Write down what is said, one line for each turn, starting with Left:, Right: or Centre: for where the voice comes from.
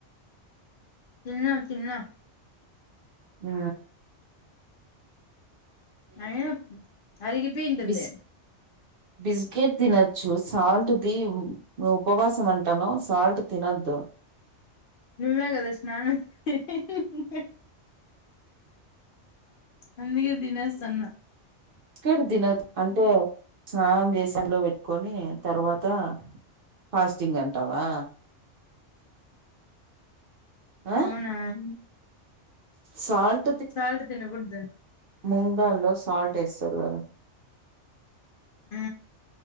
Left: తిన్న తిన్న
Right: ఆ
Left: అయినా అరిగిపోయింటుంది.
Right: బిస్ బిస్కెట్ తినచ్చు సాల్ట్ అది ఉపవాసం అంటన్నావ్ సాల్ట్ తినద్దు.
Left: నువ్వే కదా స్నానం <inaudible> అందుకే తినేస్తన్న.
Right: బిస్కెట్ తీన్ అంటే స్నానం చేసి పెట్టుకొని తర్వాత ఫాస్టింగ్ అంటావా ఆ
Left: అవునా
Right: ఊ సాల్ట్
Left: సాల్ట్ తిన గుడ్దు
Right: మూంగ్ డాల్లో సాల్ట్ వేస్ధారు కదా
Left: ఊ